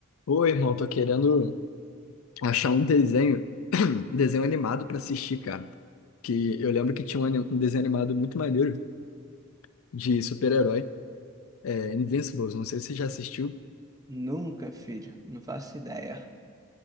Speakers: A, on the left; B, on the right.
A: Ô, irmão, tô querendo achar um desenho, <clears throat> um desenho animado pra assistir, cara. Que eu lembro que tinha um, ani- um desenho animado muito maneiro de super-herói, é, Invincibles. Não sei se você já assistiu.
B: Nunca, filho. Não faço ideia.